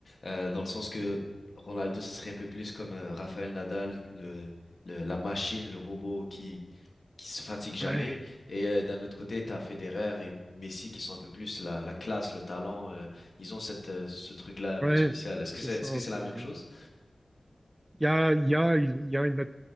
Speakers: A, on the left; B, on the right.
A: euh, dans le sens que Ronaldo, ça serait un peu plus comme euh, Rafael Nadal, le, le- la machine, le robot qui qui se fatigue jamais.
B: Ouais,
A: Et euh, d'un autre côté, t'as Federer et Messi qui sont un peu plus la, la classe, le talent. euh, ils ont cette euh, ce truc-là un
B: ouais,
A: peu spécial. Est-ce
B: ouais,
A: que
B: c'est
A: c'est
B: ça
A: est-ce
B: un
A: que c'est
B: peu.
A: la même chose?
B: Il y a, il y a, il y a une, nat-